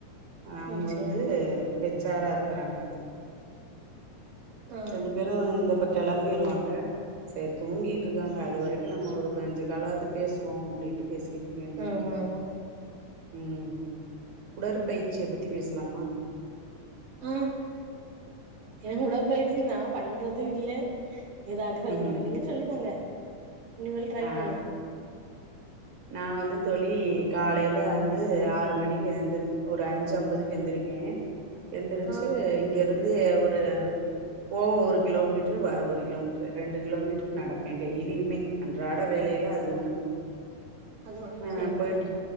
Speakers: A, on the right; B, on the right.
A: அவுங்க
B: ம் சேரி
A: வந்து
B: சேரி
A: ஹெச் ஆரா இருக்கறாங்க
B: ஆ
A: ரெண்டு பேரு இந்த இப்ப கெளம்பிருவாங்க சேர் தூங்கிட்ருக்காங்க அது வரைக்கு நம்ம ஒரு அஞ்சி காலாவது பேசுவோ அப்டின்ட்டு பேசு பேய்ட்டுருக்கே தோழி
B: ஆமா ஆமா
A: ம் உடற்பயிற்சிய பத்தி பேசலாமா
B: ஆ ஏங்க உடற்பயிற்ச்சி நா பண்றது இல்ல எதாக்குறது
A: ம்
B: இல்ல நீங்க சொல்லி தாங்க இனிமேல் ட்ரை
A: ஆ
B: பண்ணுவோ
A: நா வந்து தோழி காலைல வந்து ஆறு மணிக்கு எந்திரிச் ஒரு அஞ்சு ஐம்பதுக்கு எந்திரிப்பே எந்திரிச்சி
B: ஆ
A: இங்க இருந்து ஒரு போவ ஒரு கிலோமீட்டரு வர ஒரு கிலோமீட்டரு ரெண்டு கிலோமீட்டரு நடப்பே டெய்லியுமே அன்றாட வேலையில அது ஒண்ணு
B: அது ஒண்ணு
A: அ
B: சேரி
A: போய்ட்டு
B: சேரி